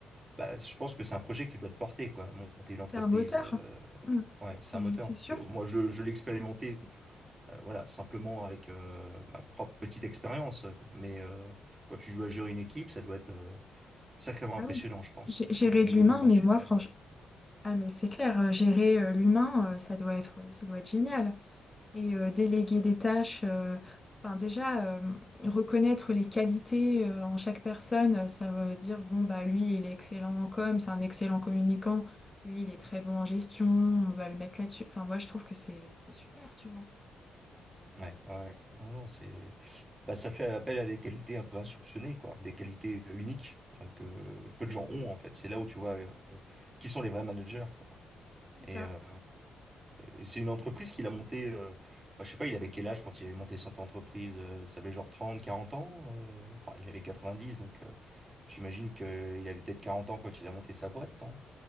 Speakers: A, on the right; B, on the left.
A: Bah, je pense que c'est un projet qui doit te porter, quoi. Monter une
B: C'est
A: entreprise,
B: un moteur.
A: euh,
B: Mm.
A: ouais, c'est
B: C'est,
A: un moteur.
B: c'est sûr.
A: Que Moi, je je l'ai expérimenté, euh, voilà, simplement avec euh, ma propre petite expérience. Mais euh, quand tu joues à gérer une équipe, ça doit être euh, sacrément
B: Ah
A: impressionnant,
B: oui.
A: je pense,
B: Gé- Gérer
A: euh, au niveau
B: de l'humain,
A: dimensionnel.
B: mais moi, franchement, ah mais c'est clair, euh, gérer euh, l'humain, euh, ça doit être, ça doit être génial. et euh, déléguer des tâches. euh, Enfin, déjà, euh, reconnaître les qualités euh, en chaque personne, euh, ça veut dire, bon, bah, lui, il est excellent en com, c'est un excellent communicant, lui, il est très bon en gestion, on va le mettre là-dessus. Enfin, moi, je trouve que c'est c'est super, tu vois.
A: Ouais, ouais, ouais. non, non, c'est, bah, ça fait appel à des qualités un peu insoupçonnées, quoi, des qualités uniques euh, que peu de gens ont en fait. C'est là où tu vois euh, qui sont les vrais managers. quoi.
B: C'est ça.
A: Et, euh, et c'est une entreprise qu'il a montée. Euh, bah, je sais pas, il avait quel âge quand il avait monté cette entreprise? euh, ça avait genre 30 40 ans. euh, enfin, il avait 90 donc euh, j'imagine que il avait peut-être 40 ans quand il a monté sa boîte, non?